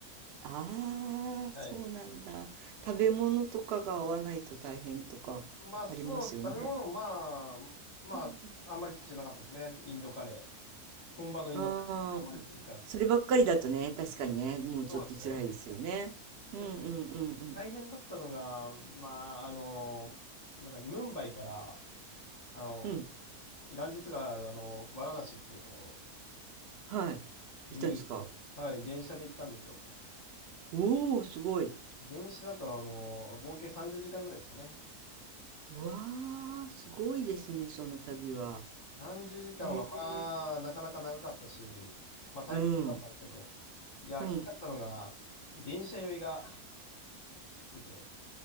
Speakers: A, on the right; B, on the left.
A: ああそうなんだ。
B: はい。
A: 食べ物とかが合わないと大変とかありますよね。
B: まあ、そうです。食べ物、まあ、まあ、
A: うん。
B: あんまり好きじゃなかったですね。インドカレー。本場のインドカレー、
A: ああ、
B: あんまり好きじゃなかったですね。
A: そればっかりだとね、確かにね、もうちょっと辛いですよね。
B: そうですね。
A: うんうんうんうん。
B: やっぱね、大変だったのが、まあ、あの、なんだっけ、ムンバイから、あの、
A: うん、
B: ガンジス川ある、あの、ワラナシっていうところ
A: はい。
B: に、
A: いたんですか
B: はい、電車で行ったんですよ。
A: おお、すごい。
B: 電車だと、あの、合計30時間ぐらいですかね。
A: わあ、すごいですね、その旅は。
B: 30時間はまあ、
A: へえ、
B: なかなか長かったし、まあ退屈だったんですけど、
A: うん、
B: いや、
A: うん。
B: きつかったのが、電車酔いがきつくて。